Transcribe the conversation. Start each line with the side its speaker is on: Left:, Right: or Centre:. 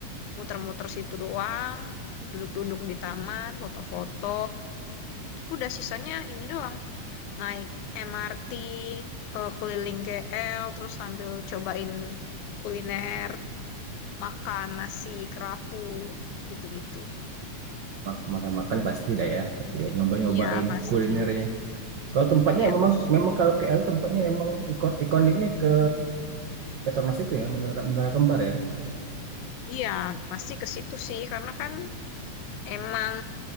Left: muter-muter situ doang. Duduk-duduk di taman, foto-foto. Udah sisanya ini doang naik MRT eh, keliling KL terus sambil cobain kuliner makan nasi kerapu gitu-gitu
Right: mak- makan-makan pasti dah ya. Ya nyoba-nyobain
Left: iya pasti
Right: kulinernya. Kalau tempatnya
Left: iya
Right: memang
Left: terus
Right: memang kalau KL tempatnya memang ikon ikoniknya ke Petronas itu ya, menara Menara Kembar ya.
Left: iya pasti ke situ sih karena kan emang